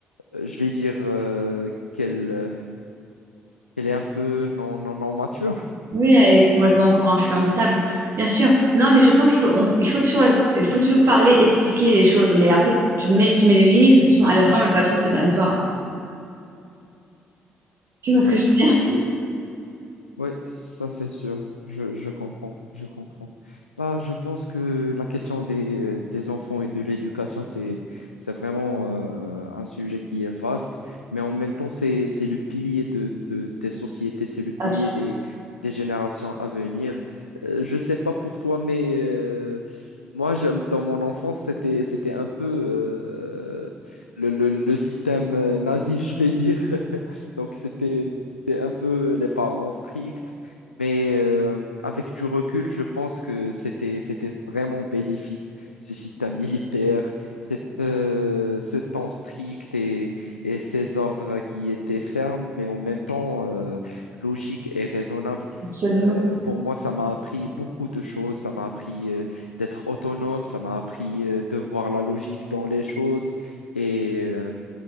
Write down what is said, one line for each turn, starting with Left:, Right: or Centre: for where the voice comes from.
Left: Euh, je vais dire euh, qu'elle euh, qu'elle est un peu non, non, non mature.
Right: Oui, elle est complètement encore influençable, bien sûr. Non, mais je pense qu'il faut, on- il faut toujours, il faut toujours parler, expliquer les choses. Mais après, tu mets, tu mets les limites. De toute façon, à la fin, le patron, c'est quand même toi. Tu vois
Left: Ouais,
Right: ce que je veux
Left: ouais.
Right: dire?
Left: Oui, ça c'est sûr. Je, je comprends, je comprends. Bah, je pense que la question des, euh, des enfants et de l'éducation, c'est, c'est vraiment euh, un sujet qui est vaste, mais en même temps, c'est, c'est le pilier de, de- des sociétés, c'est le pilier
Right: Abs-
Left: des, des générations à venir. Euh, je ne sais pas pour toi, mais euh, moi, j'aime- dans mon enfance, c'était, c'était un peu euh, le, le, le système euh, nazi, <laughs> je vais dire. <laughs> Donc, c'était c'est un peu les parents stricts, mais euh, avec du recul, je pense que c'était c'était vraiment bénéfique, ce système <laughs> militaire, cette, euh, ce temps strict et, et ces ordres qui étaient fermes, mais en même temps euh, logiques et raisonnables.
Right: Absolument.
Left: Euh, pour moi, ça m'a appris beaucoup de choses. Ça m'a appris euh, d'être autonome, ça m'a appris euh, de voir la logique dans les choses et euh,